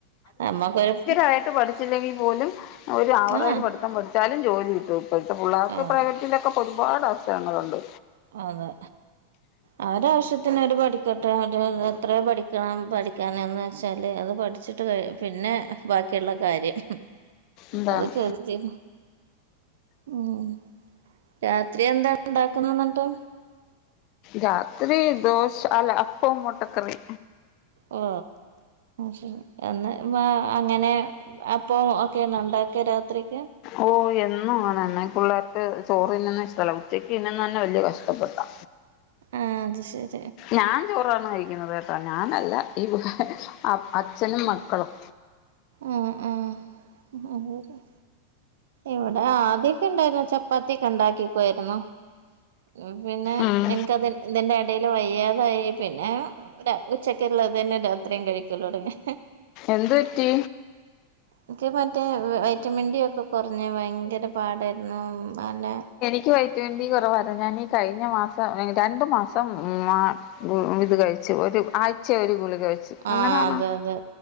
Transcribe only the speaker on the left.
ന്നായിട്ട് പഠിച്ചില്ലെങ്കിൽ പോലും ഒരു ആവറേജ്
പഠിം പഠിച്ചാലും ജോലി കിട്ടും ഇപ്പോഴത്തെ പിള്ളേർക്ക്
പ്രൈവ ഇതിലൊക്കെ ഒരുപാട് അവസരങ്ങളുണ്ട്
എന്താണ്
രാത്രി ദോശ അല്ല അപ്പ മോട്ടക്കറി
ഓ എന്നും വണം പിള്ളേർക്ക് ചോറിന്ന്ണെ തലകുച്ചക്ക് ഇന്നന്ന് തന്നെ വലിയ കഷ്ടപ്പെട്ടാ
ഞാ ച്ചോ ചോറ്ന്നെ കഴിക്കുന്നത് കേട്ടോ ഞാനല്ല ഈ പ്പ് അച്ഛനും മക്കളും
ഉം
എന്ത് പെറ്റി
ക്ക് വയറ്റ ഡി കുറവായി ഞാൻഈ കഴിഞ്ഞ മാസം രണ്ടണ്ട് മാസം മാ ഇത് കഴിച്ചു ഒരു ആഴ്ച ഒരു ഗുളി കഴിച്ചു ച്ചു
അങ്ങനാണോ